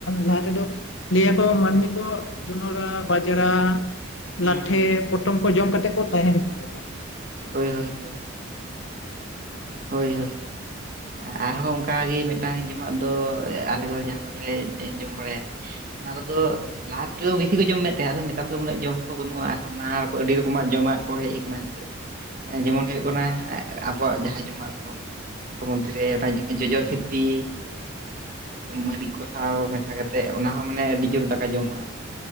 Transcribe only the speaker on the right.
ᱦᱩᱸ
ᱦᱩᱸ
ᱦᱳᱭ ᱦᱳᱭ ᱦᱳᱭ ᱾ ᱦᱳᱭ ᱦᱳᱭ ᱟᱨᱦᱚᱸ ᱚᱱᱠᱟ ᱜᱮ ᱢᱤᱫᱴᱟᱱ ᱡᱚᱢᱟᱜ ᱫᱚ ᱟᱞᱮ ᱠᱚ ᱡᱟᱦᱟᱸ ᱠᱚᱞᱮ ᱡᱚᱢ ᱵᱟᱲᱟᱭᱟᱞᱮ ᱚᱱᱟ ᱠᱚᱫᱚ ᱞᱟᱦᱟ ᱛᱮᱫᱚ ᱵᱮᱥᱤ ᱠᱚ ᱡᱚᱢᱮᱫ ᱛᱟᱦᱮᱸᱫ ᱟᱫᱚ ᱱᱮᱛᱟᱨ ᱫᱚ ᱩᱱᱟᱹᱜ ᱡᱚᱢ ᱠᱚ ᱵᱟᱹᱱᱩᱜᱼᱟ ᱟᱨ ᱱᱟᱱᱟ ᱨᱚ ᱟᱹᱰᱤ ᱨᱚᱠᱚᱢᱟᱜ ᱡᱚᱢᱟᱜ ᱠᱚ ᱦᱮᱡᱽ ᱟᱠᱟᱱᱟ ᱱᱤᱛᱟᱜ ᱡᱮᱢᱚᱱ ᱦᱩᱭᱩᱜ ᱠᱟᱱᱟ ᱟᱵᱚᱣᱟᱜ ᱡᱟᱦᱟᱸ ᱡᱚᱢᱟᱜ ᱠᱚ <unintelligible> ᱢᱚᱫᱽᱫᱷᱮᱨᱮ ᱚᱱᱟ ᱡᱚᱡᱚ ᱥᱤᱯᱤ ᱢᱟᱹᱨᱤᱪ ᱠᱚᱥᱟᱣ ᱢᱮᱥᱟ ᱠᱟᱛᱮᱜ ᱚᱱᱟ ᱦᱚᱸ ᱢᱟᱱᱮ ᱟᱹᱰᱤ ᱡᱩᱨ ᱫᱟᱠᱟ ᱡᱚᱢᱚᱜᱼᱟ᱾